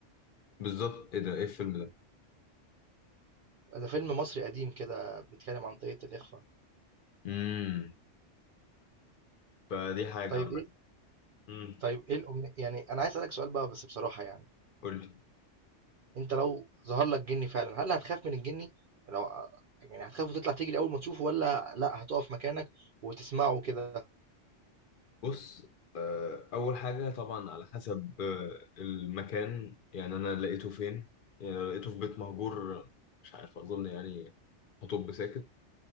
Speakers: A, on the left; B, on the right.
A: بالظبط ايه ده ايه الفيلم ده
B: ده فيلم مصري قديم كده بيتكلم عن طريقة الإخفاء
A: امم فدي حاجه
B: طيب
A: عامه
B: إيه
A: امم
B: طيب إيه الأمنية يعني أنا عايز أسألك سؤال بقى بس بصراحة يعني
A: قول لي
B: أنت لو ظهر لك جني فعلا هل هتخاف من الجني لو يعني هتخاف وتطلع تجري أول ما تشوفه ولا لأ هتقف مكانك وتسمعه كده
A: بص آه، اول حاجه طبعا على حسب آه، المكان يعني انا لقيته فين يعني لو لقيته في بيت مهجور مش عارف اظن يعني هطب ساكت